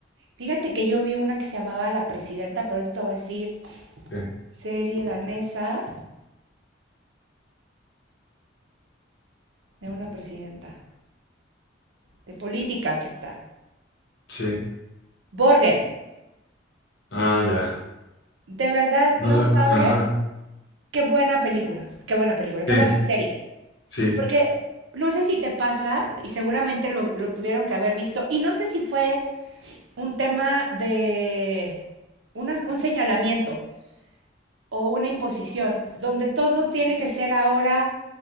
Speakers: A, on the right; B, on the left.
A: Fíjate que yo vi una que se llamaba La Presidenta, pero ahorita te voy a decir
B: Sí,
A: serie danesa de una presidenta, de política, aquí está.
B: sí,
A: Borgen,
B: ah, ya,
A: de verdad
B: no
A: no
B: la,
A: sabes
B: ajá,
A: qué buena película, qué buena película,
B: sí,
A: qué buena serie.
B: sí,
A: Porque no sé si te pasa, y seguramente lo, lo tuvieron que haber visto, y no sé si fue un tema de una- un señalamiento o una imposición, donde todo tiene que ser ahora